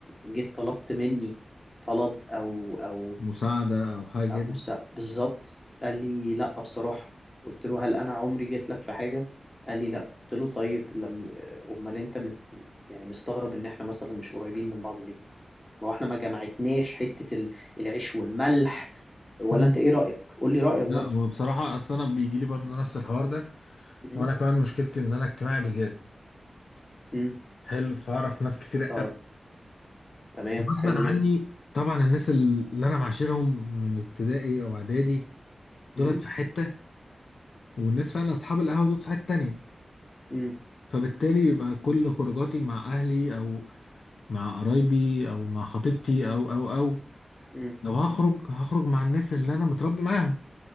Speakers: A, on the left; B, on the left.
A: جيت طلبت مني طلب او او
B: مساعدة او حاجة
A: او
B: كده
A: مساعدة بالظبط قال لي لا بصراحة قلت له هل انا عمري جيت لك في حاجة قال لي لا قلت له طيب لما امال انت مت... يعني مستغرب ان احنا مثلا مش قريبين من بعض ليه ما هو احنا ما جمعتناش حتة ال- العيش والملح ولا
B: مم.
A: انت ايه رأيك قول لي رأيك
B: لا
A: برضه
B: هو بصراحة أصل أنا بيجي لي برضه نفس الحوار ده
A: امم
B: وأنا كمان مشكلتي إن أنا اجتماعي بزيادة
A: امم
B: حلو فأعرف ناس كتير
A: اه تمام
B: غصبا
A: حلو
B: عني
A: جدا
B: طبعا الناس اللي انا معاشرهم من ابتدائي او اعدادي دولت
A: امم
B: في حته والناس فعلا اصحاب القهوه دول في حته تانية
A: امم
B: فبالتالي بيبقى كل خروجاتي مع اهلي او مع قرايبي او مع خطيبتي او او او
A: امم
B: لو هخرج هخرج مع الناس اللي انا متربي معاهم